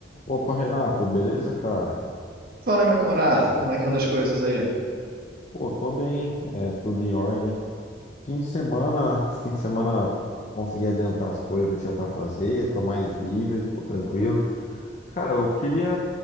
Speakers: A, on the left; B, on the right.
A: Opa, Renato, beleza, cara?
B: Fala aí, meu camarada, como é que é anda das coisas aí?
A: Pô, tô bem, é tudo em ordem. Fim de semana, fim de semana consegui adiantar as coisas que eu tinha pra fazer, tô mais livre, tô tranquilo. Cara, eu queria